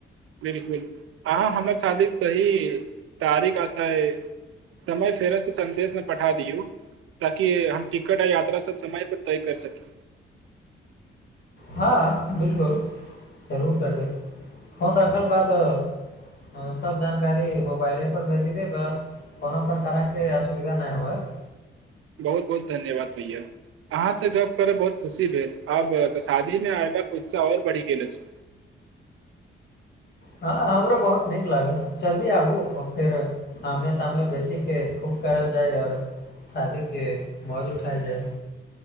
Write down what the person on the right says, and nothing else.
बिलकुल अहाँ हमर शादी सही तारीक आ शा समय फेरसँ सन्देशमे पठा दियौ ताकि हम टिकट आ यात्रा सब समय पर तय कर सकी
बहुत बहुत धन्यवाद भैया अहाँ से गप कर बहुत खुशी भेल अबऽ शादी मे आयब के उत्साह और बढ़ि गेल अछि